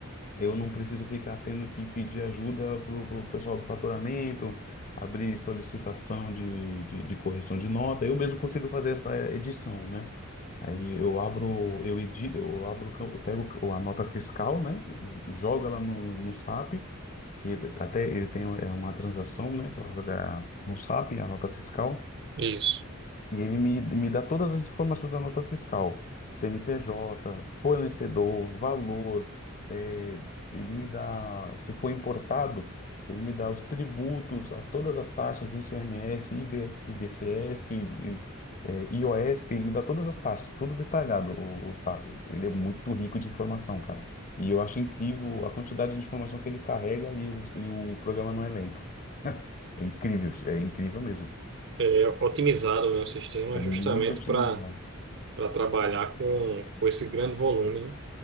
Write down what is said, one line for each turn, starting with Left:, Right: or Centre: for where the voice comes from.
Left: eu não preciso ficar tendo que pedir ajuda pro, pro pessoal do faturamento, abrir solicitação de, de, de correção de nota. Eu mesmo consigo fazer essa edição, né? Aí eu abro, eu edito, eu abro, o campo- eu pego a nota fiscal, né? Jogo ela no, no SAP, que até ele tem é uma transação, né? Para jogar no SAP a nota fiscal.
Right: Isso.
Left: E ele me, me dá todas as informações da nota fiscal, CNPJ, fornecedor, valor, eh, ele me dá, se for importado, ele me dá os tributos, a todas as taxas, ICMS, IBS, IBCS, e- eh, IOF, ele me dá todas as taxas, tudo detalhado, o, o SAP. Ele é muito rico de informação, cara. E eu acho incrível a quantidade de informação que ele carrega e o, e o programa não é lento. <laughs> É incrível, é incrível mesmo.
Right: é, otimizado, né, o sistema
Left: É muito
Right: justamente
Left: otimizado.
Right: para para trabalhar com, com esse grande volume, né?